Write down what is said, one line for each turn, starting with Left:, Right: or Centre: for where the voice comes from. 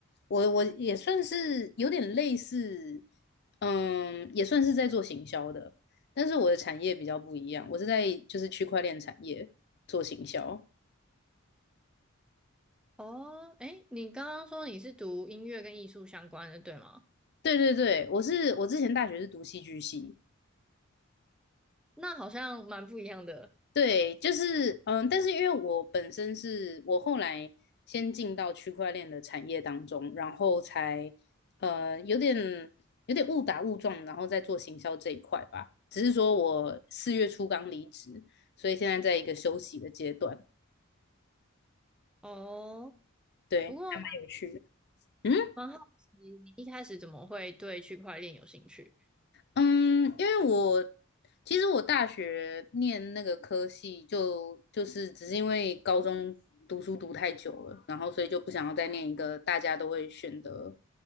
Left: 我我也算是有点类似，嗯，也算是在做行销的，但是我的产业比较不一样，我是在就是区块链产业做行销。
Centre: 哦，诶，你刚刚说你是读音乐跟艺术相关的，对吗？
Left: 对对对，我是我之前大学是读戏剧系，
Centre: 那好像蛮不一样的
Left: 对，就是嗯，但是因为我本身是我后来先进到区块链的产业当中，然后才呃有点有点误打误撞，然后再做行销这一块吧。只是说我四月初刚离职，所以现在在一个休息的阶段，
Centre: 哦。
Left: 对，
Centre: 不过蛮
Left: 还蛮有趣的。嗯。
Centre: 蛮好奇，你一开始怎么会对区块链有兴趣？
Left: 嗯，因为我其实我大学念那个科系就，就是只是因为高中读书读太久了，然后所以就不想要再念一个大家都会选的